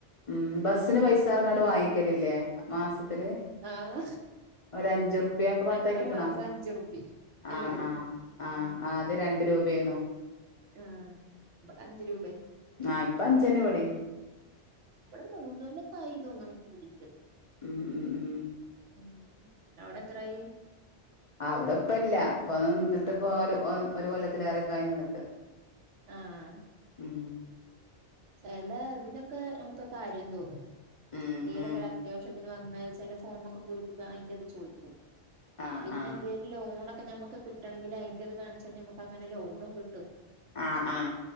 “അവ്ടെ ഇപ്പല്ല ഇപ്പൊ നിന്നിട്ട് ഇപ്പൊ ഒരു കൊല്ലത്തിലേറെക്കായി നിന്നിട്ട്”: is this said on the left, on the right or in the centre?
Left